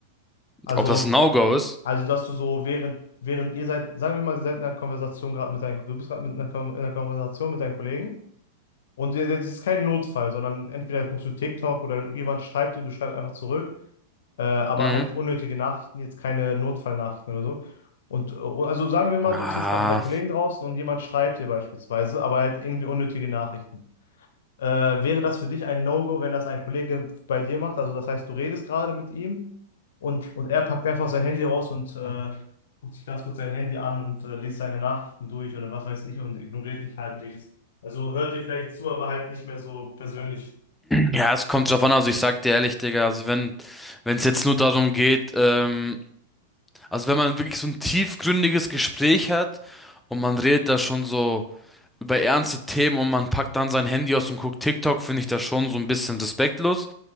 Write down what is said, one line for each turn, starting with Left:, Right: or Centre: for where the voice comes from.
Left: Also
Centre: Ob das ein No-Go ist?
Left: Also, dass du so während, während ihr seid, sagen wir mal, ihr seid in einer Konversation gerade mit deinen, du bist gerade mit einer, Kon- in einer Konversation mit deinen Kollegen und ihr- das ist kein Notfall, sondern entweder guckst du TikTok oder jemand schreibt und du schreibst einfach zurück, äh, aber
Centre: Mhm.
Left: halt unnötige Nachrichten, jetzt keine Notfallnachrichten oder so. Und äh, also sagen wir mal,
Centre: Ah.
Left: du bist jetzt gerade mit deinen Kollegen draußen und jemand schreibt dir beispielsweise, aber halt irgendwie unnötige Nachrichten. Äh, wäre das für dich ein No-Go, wenn das ein Kollege bei dir macht? Also das heißt, du redest gerade mit ihm und, und er packt einfach sein Handy raus und äh, guckt sich ganz kurz sein Handy an und äh, liest seine Nachrichten durch oder was weiß ich und ignoriert dich halbwegs. Also hört dir vielleicht zu, aber halt nicht mehr so persönlich.
Centre: Ja, es kommt drauf an. Also ich sag dir ehrlich, Digga, also wenn wenn es jetzt nur darum geht, ähm, also wenn man wirklich so ein tiefgründiges Gespräch hat und man redet da schon so über ernste Themen und man packt dann sein Handy aus und guckt TikTok, finde ich das schon so ein bisschen respektlos,